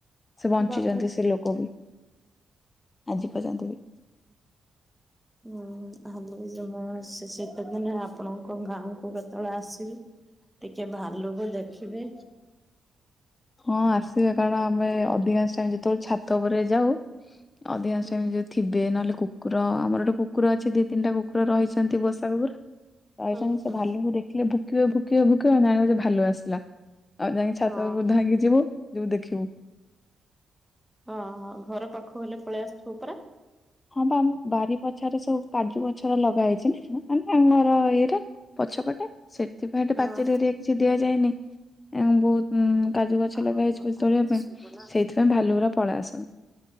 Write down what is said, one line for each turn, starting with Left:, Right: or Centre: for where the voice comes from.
Left: ସେ ବଞ୍ଚିଛନ୍ତି
Centre: ବାପରେ
Left: ସେ ଲୋକ ବି। ଆଜି ପର୍ଯ୍ୟନ୍ତ ବି।
Centre: ହୁଁ ହୁଁ ଆମେ ଯିବା ସେ ଶୀତ ଦିନେ ଆପଣଙ୍କ ଗାଁ କୁ କେତେବେଳେ ଆସ ବୁ ଟିକେ ଭାଲୁକୁ ଦେଖିବି।
Left: ହଁ ଆସିବେ କାରଣ ଆମେ ଅଧିକାଂଶ ଟାଇମ ଯେତେବେଳେ ଛାତ ଉପରେ ଯାଉ ଅଧିକାଂଶ
Centre: ହୁଁ
Left: ଯଦି ଥିବେ ନହେଲେ କୁକୁର ଆମର ଗୋଟେ କୁକୁର ଅଛି ଦି ତିନିଟା କୁକୁର ରହିଛନ୍ତି ପୋଷା କୁକୁର। ରହିଛନ୍ତି
Centre: ହୁଁ
Left: ସେ
Centre: ହୁଁ
Left: ଭାୁଲୁ କୁ ଦେଖିଲେ ଭୁକିବେ ଭୁକିବେ ଭୁକିବେ ମାନେ ଇଆଡ଼େ ଯେ ଭାଲୁ ଆସିଲା। ଆଉ ଯାଇକି ଛାତ
Centre: ହଁ
Left: ଉପରେ ଧାଇକି ଯିବୁ, ଯିବୁ ଦେଖିବୁ।
Centre: ହଁ ହଁ ଘର ପାଖକୁ ହେଲେ ପଳେଇ ଆସବ ପରା।
Left: ହଁ ବା ଆମ ବାରି ପଛରେ ସବୁ କାଜୁ ଗଛ ଲଗା ହେଇଛି ନା ମାନେ ଆମର ଇଏଟା। ପଛପଟେ ସେଥିପାଇଁ ତ
Centre: ହଁ
Left: ପାଚେରୀ ଏରିଆରେ କିଛି ଦିଆ ଯାଏନି ଏ ବହୁତ ହୁଁ କାଜୁ
Centre: ହଁ
Left: ଗଛ ଲଗା ହେଇଛି
Centre: ହଁ
Left: ପଛ ତୋଳିବା ପାଇଁ
Centre: ସବୁ ନା
Left: ସେଇଥିପାଇଁ ଭାଲୁ ଗୁଡା ପଳେଇ ଆସନ୍ତି।